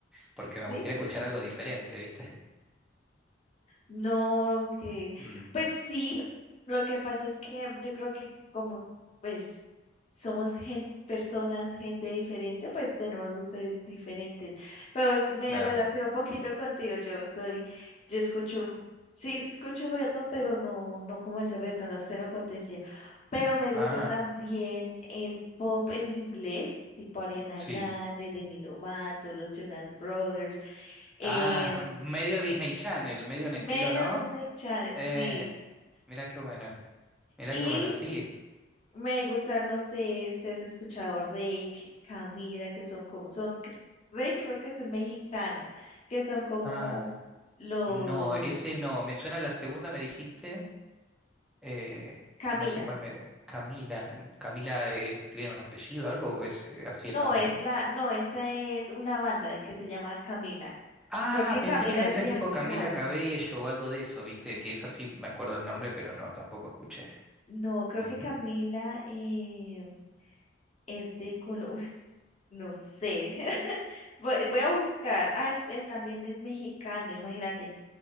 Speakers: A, in the centre; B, on the left.
A: porque me
B: ¿sí?
A: gustaría escuchar algo diferente, viste.
B: No, que
A: Mm,
B: pues sí, lo que pasa es que yo creo que como pues somos gen- personas, gente diferente, pues tenemos gustos diferentes. Pero es- me
A: claro.
B: relaciono un poquito contigo. Yo soy, yo escucho, sí escucho reggaetón, pero no, no como ese reggaetón obsceno como te decía. Pero me
A: Ah,
B: gusta también el pop en inglés, tipo Ariana
A: sí.
B: Grande, Demi Lovato, los Jonas Brothers. em,
A: Ah, medio Disney Channel, medio un estilo,
B: Medio
A: ¿no?
B: Disney Channel,
A: Eh,
B: sí.
A: mira qué bueno, mira
B: Y
A: qué bueno, sí.
B: me gusta, no sé si has escuchado Reik, Camila, que son como, son, cr- Reik creo que son mexicano, que son como
A: Ah,
B: los,
A: no, ese no, me suena la segunda, me dijiste, eh,
B: Camila.
A: no sé cuál me... Camila, Camila eh, tiene un apellido, algo, o es eh, así
B: No,
A: el nombre.
B: es la, no, esa es una banda que se llama Camila.
A: Ah,
B: Creo que
A: pensé
B: Camila
A: que me
B: es
A: decías
B: de
A: tipo
B: acá.
A: Camila Cabello o algo de eso, viste, que es así, me acuerdo el nombre, pero no, tampoco escuché.
B: No, creo
A: Mm.
B: que Camila eh, es de Colombia. No sé. <laughs> Voy, voy a buscar. Ah, es, es- también es mexicano, imagínate.